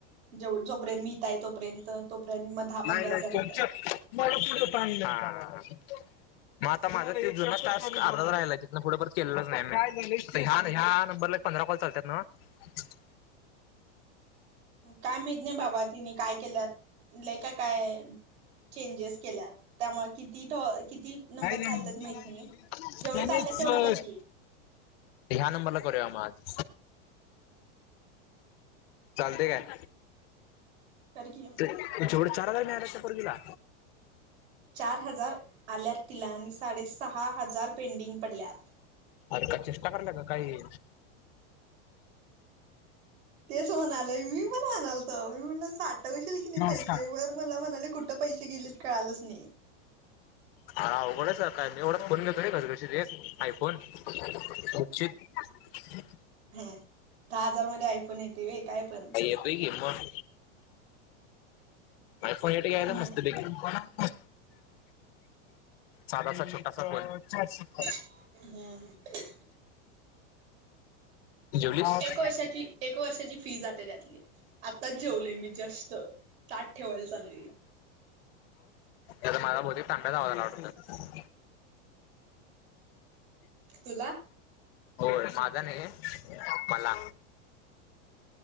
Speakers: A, on the right (about 60°); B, on the left (about 55°).
A: जेवढं जो मिळता आहेत तो पर्यंत तोपर्यंत मग दहा
B: नाही
A: पंधरा हजार
B: नाही
A: येतात.
B: तुमच्या मला पुलं पान मग आता माझा ते जुना टास्क अर्धाच राहियलाय तिथंन पुढं केलेलंच नाही म हा ह्या नंबरला पंधरा कॉल चालतात नव.
A: काय माहित नाही बाबा तिनी काय केल्यात लई काय काय चेंजेस केल्यात त्यामुळे किती टॉ किती नंबर
B: नाही नाही
A: चालतात
B: मी
A: माहित नाही
B: दिली
A: जेवढं
B: त्यानेच
A: चालतात तेवढं कर की.
B: ह्या नंबरला करूया म आज. चालतय काय.
A: करकी मग.
B: ते तेवढं चार हजार मिळालं त्या पोरगीला.
A: चार हजार आल्यात तिला आणि साडेसहा हजार पेंडिंग पडल्यात.
B: अरे का चेष्टा कराल्या काय ही
A: तेच म्हणालय मी पण म्हणालतो तर मी म्हण साठवशील की नाही
B: नमस्कार
A: पैसे वर मला म्हणाली कुठं पैसे गेलेत कळालच नाही
B: हा आवघडच काय मी एवढच फोन घेतो रे घसघशीत एक आयफोन उचित
A: ह्या दहा हजार मध्ये आयफोन येतोय व्हय काय पण.
B: येतोय की मग. आयफोन एट घ्यायचं
A: हम्म
B: मस्त पैकी. सादासा छोटासा फोन.
A: हम्
B: जेवलीस.
A: एक वर्षाची एक वर्षाची फी जाते त्यातली आत्ताच जेवले मी जास्त ताट ठेवायला चालली
B: यदा माझ बोती पपे त आवादला आवड
A: तुला
B: होय माझा नाही. मला